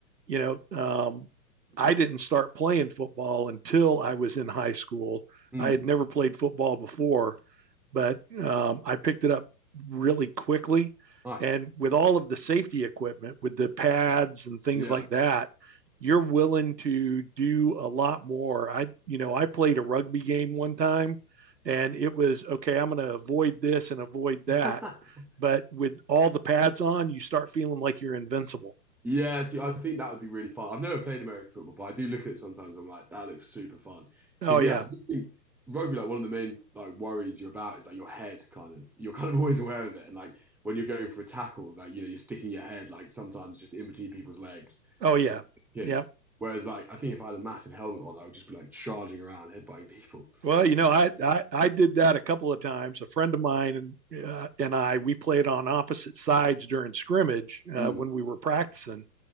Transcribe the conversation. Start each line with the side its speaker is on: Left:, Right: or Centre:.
Right: you know, um, I didn't start playing football until I was in high school.
Centre: Mm,
Right: I had never played football before but um, I picked it up really quickly.
Centre: nice.
Right: And with all of the safety equipment, with the pads and things
Centre: Yeah.
Right: like that, you're willing to do a lot more. I, you know, I played a rugby game one time and it was okay, I'm going to avoid this and avoid that.
Centre: <laughs>
Right: But with all the pads on, you start feeling like you're invincible.
Centre: Yeah, see, I think that would be really fun. I've never played American football, but I do look at it sometimes. I'm like, that looks super fun.
Right: Oh,
Centre: Because
Right: yeah.
Centre: yeah, I do think rugby, like one of the main like worries you're about is like your head kind of you're kind of <laughs> always aware of it. And like when you're going for a tackle, like you know, you're sticking your head like sometimes just in between people's legs
Right: Oh, yeah.
Centre: and you
Right: Yeah.
Centre: get kicked. Whereas like I think if I had a massive helmet on, I would just be like charging around, headbutting people.
Right: Well, you know, I, I I did that a couple of times. A friend of mine and uh, and I we played on opposite sides during scrimmage uh,
Centre: Mm.
Right: when we were practicing.